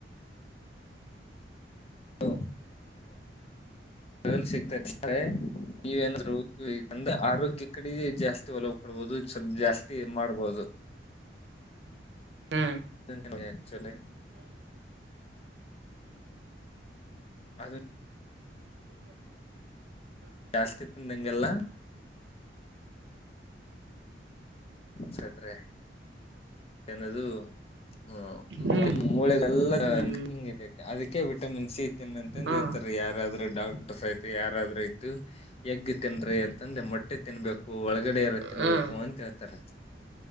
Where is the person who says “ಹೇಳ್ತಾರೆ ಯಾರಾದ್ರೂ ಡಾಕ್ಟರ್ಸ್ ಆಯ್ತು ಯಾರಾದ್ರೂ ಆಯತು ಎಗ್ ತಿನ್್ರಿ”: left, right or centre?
Left